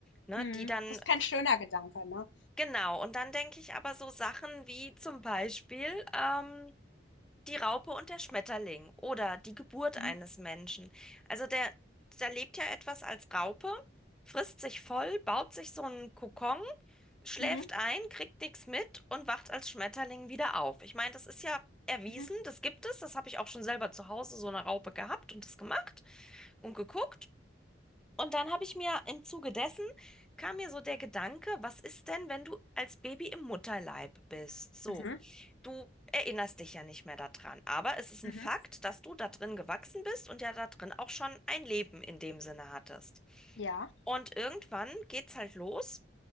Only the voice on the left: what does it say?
Mhm.
Das ist kein schöner Gedanke, ne?
Mhm.
Mhm.
Mhm.
Mhm.
Mhm.
Ja.